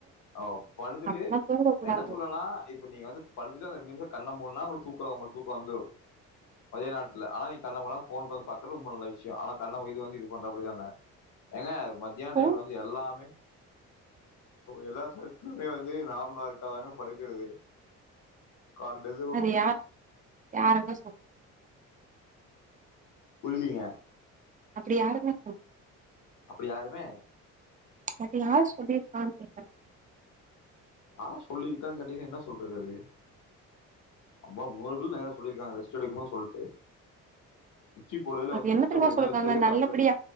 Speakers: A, on the left; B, on the right.
A: ஒ படுத்துட்டு
B: ஆனா தூங்க
A: நா
B: கூடாது
A: என்ன சொல்றேன்னா இப்ப நீங்க வந்து படுத்துட்டு அந்த <unintelligible> கண்ண மூட்ன்னா உங்களுக் தூக்க உங்களுக்கு தூக்க வந்துடு அதே நேரத்துல ஆனா நீ கண்ண <unintelligible> ஃபோன் பாக் <unintelligible> ரொம்ப நல்ல விஷ்ய ஆனா கண்ண இது வந்து இது பண்றாப்படிதான ஏங்க மத்தியான
B: போ
A: டைம்ல வந்து எல்லாமே எல்லா சர்க்கிளுமே வந்து நார்மல இருக்கதாங்க படுக்கறது கால்லேந்து
B: அது யா யாருங்க சொல்
A: புரிலிங்க
B: அப்டி யாரெலா
A: அப்டி யாருமே
B: அது யாரு சொல்லிருக்கான் கேக்குற
A: யார் சொல்லிருக்கான் கேட்டிங்கனா என்ன சொல்றது அது நம்ம முன்னோர்கள் நெறைய சொல்லிருக்காங்க ரெஸ்ட் எடுக்குனு சொல்ட்டு உச்சி பொழுதுல
B: அது
A: வந்து
B: என்ன
A: ரெஸ்ட்
B: தெரிமா
A: கொஞ்ச
B: சொல்றாங்க
A: நேரோ ரெஸ்ட் எடுக்கறது
B: நல்லபடியா
A: தப்பு